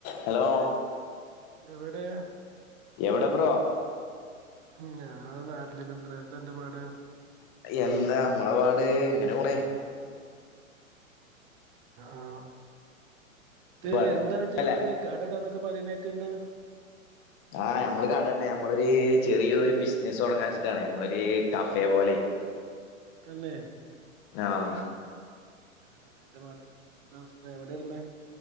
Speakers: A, on the left (about 30°); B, on the right (about 40°).
A: ഹലോ
B: എവിടെ
A: എവിടെ ബ്രോ
B: ഉം ഞാ നാട്ടിലേകെണ്ടടാ ന്താ ന്റെ പാട്
A: എന്താ നമ്മളെപാട് ങ്ങനെ പോണ്
B: ആഹ് എന്തെഎന്താ
A: പാട്
B: പറ്റി
A: അല്ലെ
B: നക്ക് കടടാ എന്നൊക്കെ പറീന്നേക്ക്ണ്ട്
A: ആഹ് നമ്മള് കടണ്ട് ഞമ്മളൊരു ചെറിയൊരു ബിസ് നസ് തൊടങ്ങാച്ചിട്ടാണ് നമ്മളൊരു കഫേ പോലൈ
B: തന്നേ
A: ആഹ്
B: ആ എന്ത പാട് എന്ത അവസ്ഥ എവടെ ഇട്ണ്